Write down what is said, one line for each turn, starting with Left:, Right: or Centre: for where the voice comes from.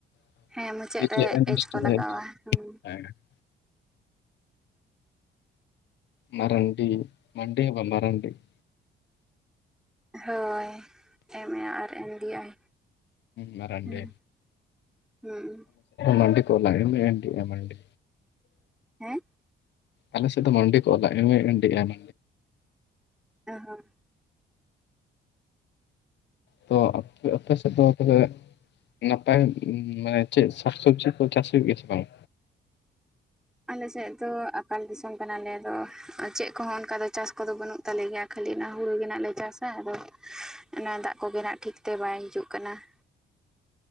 Left: <inaudible>
Centre: ᱦᱮᱸ ᱢᱩᱪᱟᱹᱫ ᱨᱮ ᱮᱡ ᱠᱚ ᱞᱟᱜᱟᱣᱟ ᱦᱩᱸ
Left: ᱢᱟᱨᱟᱝᱰᱤ ᱢᱟᱱᱰᱤ ᱦᱚᱸ ᱵᱟᱝ ᱢᱟᱨᱝᱱᱰᱤ ᱾
Centre: ᱦᱳᱭ ᱮᱢ ᱮ ᱟᱨ ᱮᱢ ᱰᱤ ᱟᱭ,
Left: ᱢᱟᱨᱟᱝᱰᱤ,
Centre: ᱦᱩᱸ ᱦᱩᱸ
Left: ᱢᱟᱱᱰᱤ ᱠᱚ ᱞᱟ ᱮᱢ ᱮ ᱮᱱ ᱰᱤ ᱟᱭ ᱢᱟᱱᱰᱤ
Centre: ᱦᱮᱸᱻ
Left: ᱟᱞᱮ ᱥ ᱫᱚ ᱢᱟᱱᱰᱤ ᱠᱚ ᱚᱞᱟ ᱮᱢ ᱮ ᱮᱱ ᱰᱤ ᱟᱭ,
Centre: ᱚᱻ ᱦᱚᱸ,
Left: ᱛᱚ ᱟᱯᱮ ᱥᱮᱫ ᱫᱚ ᱛᱟᱦᱚᱞᱮ ᱱᱟᱯᱟᱭ ᱢᱟᱱᱮ ᱪᱮᱫ ᱥᱟᱠ ᱥᱚᱵᱽᱡᱤ ᱠᱚ ᱪᱟᱥ ᱦᱩᱭᱩᱜ ᱜᱮᱭᱟ ᱥᱮ ᱵᱟᱝ?
Centre: ᱟᱞᱮ ᱥᱮᱫ ᱫᱚ ᱟᱠᱟᱞ ᱫᱤᱥᱚᱢ ᱠᱟᱱᱟᱞᱮ ᱟᱫᱚ ᱪᱮᱫ ᱠᱚ ᱦᱚᱸ ᱚᱱᱠᱟ ᱫᱚ ᱪᱟᱥ ᱠᱚᱫᱚ ᱵᱟᱹᱱᱩᱜ ᱛᱟᱞᱮ ᱭᱟ ᱠᱷᱟᱹᱞᱤ ᱚᱱᱟ ᱦᱩᱲᱩ ᱜᱮ ᱱᱟᱜ ᱞᱮ ᱪᱟᱥᱟ ᱟᱫᱚ ᱚᱱᱟ ᱫᱟᱜ ᱠᱚ ᱢᱮᱱᱟᱜ ᱠᱷᱤᱛᱤᱨ ᱛᱮ ᱵᱟᱭ ᱦᱤᱡᱩᱜ ᱠᱟᱱᱟ ᱾